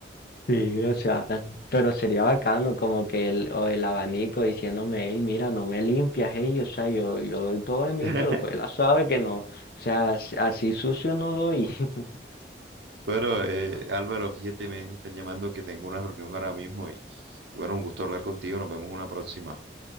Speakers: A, on the left; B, on the right.
A: Sí, o sea, pero sería bacano como que el, o el abanico diciéndome, hey, mira, no me limpias, hey, o sea, yo, yo doy todo de mí,
B: <laughs>
A: pero coge la suave que no, o sea, así así sucio no doy. <laughs>
B: Bueno, eh, Álvaro, fíjate, me, me están llamando que tengo una reunión ahora mismo y bueno, un gusto hablar contigo, nos vemos una próxima.